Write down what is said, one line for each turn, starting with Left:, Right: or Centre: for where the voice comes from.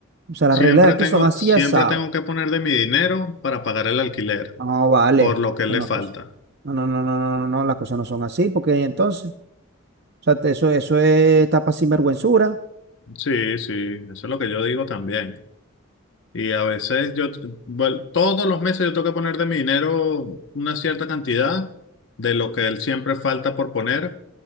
Right: O sea, las
Left: Siempre
Right: reglas de aquí
Left: tengo,
Right: son así,
Left: siempre
Right: asado.
Left: tengo que poner de mi dinero para pagar el alquiler,
Right: No, vale.
Left: por lo que
Right: Eso
Left: le
Right: no,
Left: falta.
Right: es cosa- no, no, no, no, no, no, no, las cosas no son así, porque entonces, o sea, te- eso, eso es tapa sinvergüenzura,
Left: Sí, sí, eso es lo que yo digo también. Y a veces yo, t- bueno, todos los meses yo tengo que poner de mi dinero una cierta cantidad de lo que él siempre falta por poner